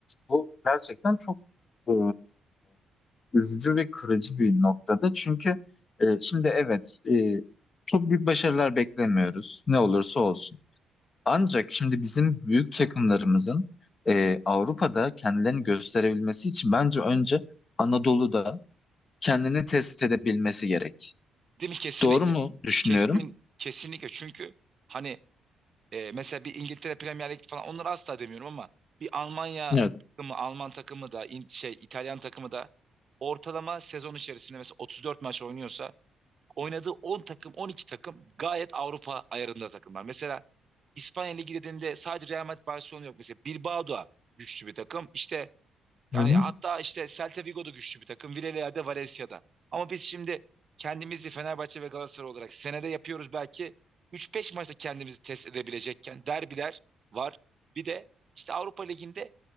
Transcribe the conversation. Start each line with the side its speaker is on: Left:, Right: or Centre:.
Left: bu gerçekten çok e, üzücü ve kırıcı bir noktada. Çünkü e, şimdi evet e, çok büyük başarılar beklemiyoruz. Ne olursa olsun. Ancak şimdi bizim büyük takımlarımızın e, Avrupa'da kendilerini gösterebilmesi için bence önce Anadolu'da kendini test edebilmesi gerek.
Right: Değil mi? Kesinlikle.
Left: Doğru mu düşünüyorum?
Right: Kesin, kesinlikle. Çünkü hani e, mesela bir İngiltere Premier Lig falan onları asla demiyorum ama bir Almanya
Left: Evet.
Right: takımı, Alman takımı da İn- şey İtalyan takımı da ortalama sezon içerisinde mesela 34 maç oynuyorsa oynadığı 10 takım 12 takım gayet Avrupa ayarında takımlar. Mesela İspanya Ligi dediğinde sadece Real Madrid Barcelona yok. Mesela Bilbao da güçlü bir takım. İşte Hani
Left: Hı hı.
Right: hatta işte Celta Vigo da güçlü bir takım. Villarreal'de, Valencia'da. Ama biz şimdi kendimizi Fenerbahçe ve Galatasaray olarak senede yapıyoruz belki. 3-5 maçta kendimizi test edebilecekken derbiler var. Bir de işte Avrupa Ligi'nde